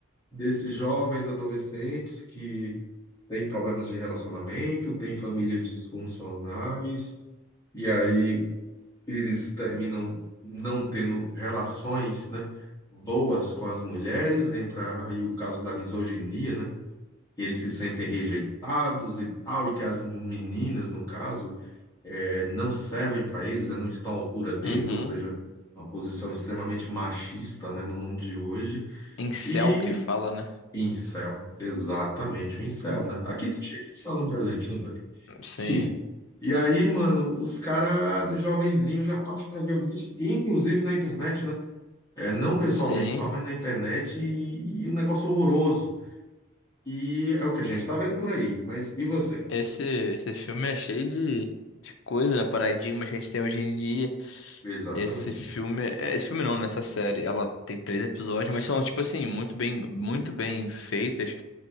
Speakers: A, on the left; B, on the left.
A: desses jovens adolescentes que têm problemas de relacionamento, têm famílias disfuncionais, e aí eles terminam não tendo relações, né, boas com as mulheres, entra aí o caso da misoginia, né? E eles se sentem rejeitados e tal, e que as meninas, no caso, eh, não servem para eles, né, não estão à altura deles,
B: Uhum.
A: ou seja, uma posição extremamente machista, né, no mundo de hoje.
B: Incel
A: E
B: que fala, né?
A: Incel, exatamente, o incel, né? Aqui tá cheio de incel no Brasil também.
B: Sim,
A: <laughs> E aí, mano, os caras, jovenzinho, já parte pra violência, inclusive na internet, né? É, não pessoalmente
B: sim.
A: só, mas na internet, e, e um negócio horroroso. E é o que a gente tá vendo por aí. Mas e você?
B: Esse, esse filme é cheio de, de coisa, né? Paradigmas que a gente tem hoje em dia.
A: Exatamente.
B: Esse filme. é, Esse filme não, nessa série. Ela tem três episódios, mas são, tipo assim, muito bem, muito bem feitas.